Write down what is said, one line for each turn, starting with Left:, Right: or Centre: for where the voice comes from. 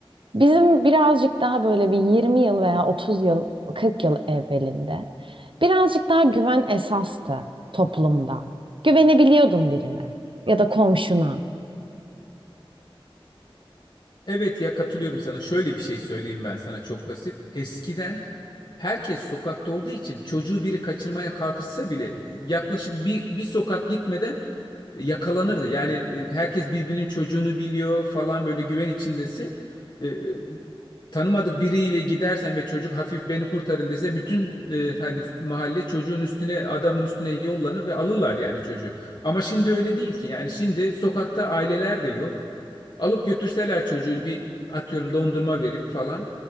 Right: Bizim birazcık daha böyle bir 20 yıl veya 30 yıl, 40 yıl evvelinde birazcık daha güven esastı toplumda. Güvenebiliyordun birine ya da komşuna.
Left: Evet ya katılıyorum sana. Şöyle bir şey söyleyeyim ben sana çok basit. Eskiden herkes sokakta olduğu için çocuğu biri kaçırmaya kalkışsa bile yaklaşık bir, bir sokak gitmeden e, yakalanırdı. Yani e, herkes birbirinin çocuğunu biliyor falan böyle güven içindesin. E, e, tanımadık biriyle gidersen ve çocuk hafif beni kurtarın dese bütün e, hani mahalle çocuğun üstüne adamın üstüne yollanır ve alırlar yani çocuğu. Ama şimdi öyle değil ki. Yani şimdi sokakta aileler de yok. Alıp götürseler çocuğu bir atıyorum dondurma verip falan.